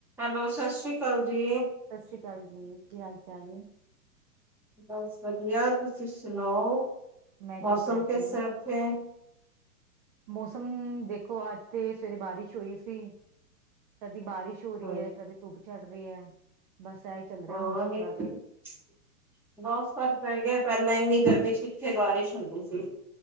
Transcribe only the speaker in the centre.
ਹੈਲੋ ਸਤਿ ਸ੍ਰੀ ਅਕਾਲ, <unintelligible>
ਬਸ ਵਧੀਆ, ਤੁਸੀਂ ਸੁਣਾਓ?
ਮੌਸਮ
ਕੇ ਹਿਸਾਬੇ,
ਹਾਂ,
ਹਾਂ
ਬਹੁਤ
ਫਰਕ ਪੈ ਗਿਆ ਪਹਿਲਾਂ ਇਨੀ ਕਰ ਵੀ ਕਿਥੇ ਬਾਰਿਸ਼ ਹੁੰਦੀ ਸੀ।